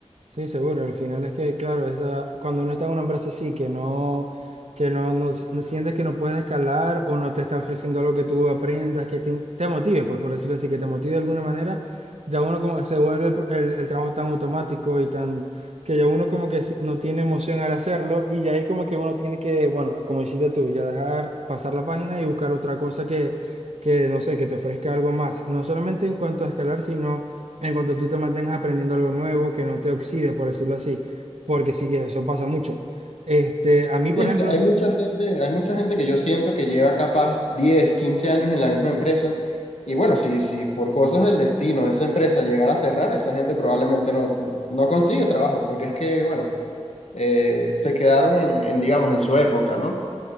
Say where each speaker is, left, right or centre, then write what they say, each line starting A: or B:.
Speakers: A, on the right; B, on the left.
A: Sí, seguro. Al final es que, claro, esa, cuando uno está en una empresa así, que no, que no, no si- no sientes que no puedes escalar o no te está ofreciendo algo que tú aprendas, que te, in- te motive, pues por decirlo así, que te motive de alguna manera, ya uno como que se vuelve el, pr- el- el trabajo tan automático y tan, que ya uno como que si- no tiene emoción al hacerlo y ya ahí como que uno tiene que, bueno, como hiciste tú, ya dejar pasar la página y buscar otra cosa que, que no sé, que te ofrezca algo más. No solamente en cuanto a escalar, sino... En cuanto tú te mantengas aprendiendo algo nuevo, que no te oxides, por decirlo así, porque sí que eso pasa mucho. Este, a mí, por
B: Sí, es
A: ejemplo,
B: que hay mucha gente, hay mucha gente que yo siento que lleva capaz 10, 15 años en la misma empresa. Y bueno, si, si por cosas del destino esa empresa llegara a cerrar, esa gente probablemente no, no consigue trabajo, porque es que, bueno, eh, se quedaron en, en, digamos, en su época, ¿no?